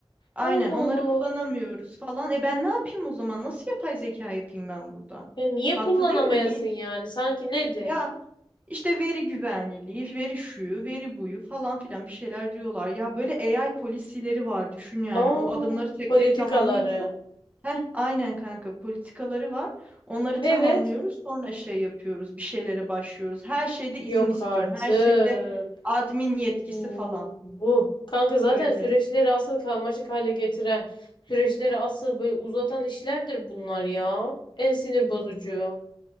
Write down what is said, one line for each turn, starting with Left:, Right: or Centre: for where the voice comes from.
Right: Aynen
Left: Allah
Right: onları
Left: Allah.
Right: kullanamıyoruz falan. E ben ne yapayım o zaman? Nasıl yapay zeka yapayım ben burada?
Left: E niye
Right: Haklı
Left: kullanamayasın
Right: değil miyim?
Left: yani? Sanki nedir?
Right: Ya işte veri güvenliliği, veri şuyu, veri buyu falan filan bir şeyler diyorlar. Ya böyle AI polisileri var düşün yani.
Left: Aa,
Right: O adımları tek
Left: politikaları.
Right: tek tamamlıyorsun. Heh, aynen kanka politikaları var. Onları tamamlıyoruz.
Left: Evet.
Right: Sonra şey yapıyoruz. Bir şeylere başlıyoruz. Her şeyde izin
Left: Yok
Right: istiyorum.
Left: artık.
Right: Her şeyde admin yetkisi
Left: Uh,
Right: falan.
Left: uh. Kanka zaten
Right: Öyle.
Left: süreçleri asıl karmaşık hale getiren, süreçleri asıl böyle uzatan işlerdir bunlar ya. En sinir bozucu.